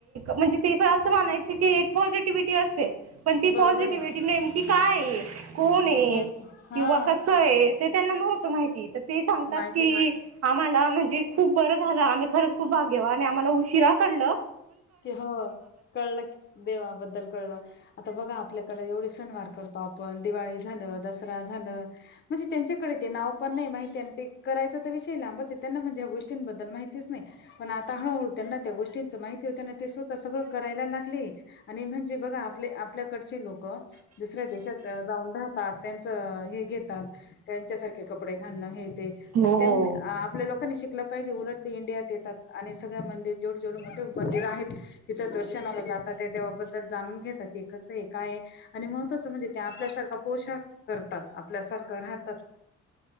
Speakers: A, on the right; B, on the left.
A: म्हणजे ते असं म्हणायच की एक पॉझिटिव्हटी असते पण ती पॉझिटिव्हटी
B: बरोबर आहे
A: नेमकी काय कोण आहे
B: हेच हा
A: किंवा कस आहे ते त्यांना नव्हतं माहिती तर ते सांगतात
B: माहिती
A: की
B: न
A: आम्हाला जे खूप बरं झालं आम्ही खरच खूप भाग्यवान आहे आणि आम्हाला उशिरा कळल
B: की हो कळला क देवा बद्दल कळल आता बघा आपल्याकडे एवढे सणवार करतो आपण दिवाळी झालं दसरा झालं म्हणजे त्यांच्याकडे ते नाव पण नाही माहिित ते करायचा तर विषय लांबच आहे त्यांना म्हणजे ह गोष्टींबद्दल माहितीच नाही पण आता हळूहळू त्यांना त्या गोष्टींच माहिती होतना ते स्वतः सगळ करायला लागले आणि म्हणजे बघा आप आपल्याकडचे लोक दुसऱ्या देशात जाऊन राहतात त्यांचं हे घेतात त्यांच्यासारखे कपडे खाणं हे
A: हो
B: पण त्यां आपल्या लोकांनी श लं पाहिजे उलट ते इंिया येतात आणि सगळ्या मंदिर जोड जोड मंदिर आहेत तिथं दर्शनाला जातात त्या देवाबद्दल जाणून घेतात हे कसं आहे काय आणि महत्त्वाचं म्हणजे ते आपल्यासारखा पोशाख करतात आपल्यासारखं राहतात